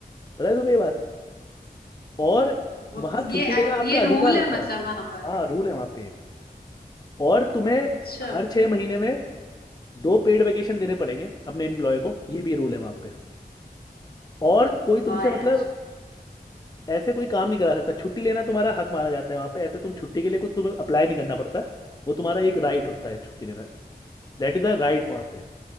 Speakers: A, on the left; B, on the left.
A: पता है तुम्हें ये बात और
B: वो-
A: वहाँ छुट्टी
B: ये
A: लेना
B: act-
A: आपका
B: ये
A: अधिकार
B: रूल
A: होता
B: है मतलब
A: है
B: वहां पर
A: हाँ रूल है वहाँ पे और तुम्हें
B: अच्छा
A: हर छः महीने में दो पेड वेकेशन देने पड़ेंगे अपने एम्प्लॉय को ये भी रूल है वहाँ पे और कोई तुमसे
B: वाह
A: मतलब
B: यार
A: ऐसे कोई काम नहीं करा सकता छुट्टी लेना तुम्हारा हक माना जाता है वहाँ पे ऐसे तुम छुट्टी के लिए कुछ तुम्हें अप्लाई नहीं करना पड़ता वो तुम्हारा एक राइट होता है छुट्टी लेना दैट इज द राइट वहां पे